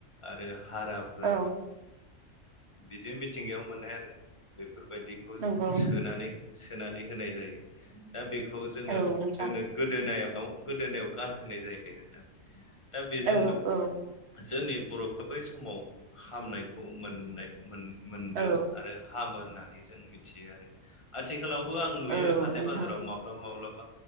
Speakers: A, on the left; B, on the right.
A: आरो हाराफोर
B: औ
A: बिदि मिथिंगायाव मोननाय आरो बेफोर ओमफ्राय बेखौ
B: नंगौ
A: सोनानै सोनानै होनाय जायो दा बेखौ जोंनो
B: औ नोंथां
A: जोंनो गोदोनायाव गोदोनायाव गान होनाय जायो नोंथां दा बेजोंबो
B: औ औ
A: जोंनि बर'फ्रा बै समाव हामनायखौ मोननाय मोनदों
B: औ
A: आरो हामो ओननानै जों मिथियो आरो आथिखालावबो आं नुयो
B: औ
A: हाथाय
B: नोंथां
A: बाजाराव माब्लाबा माब्लाब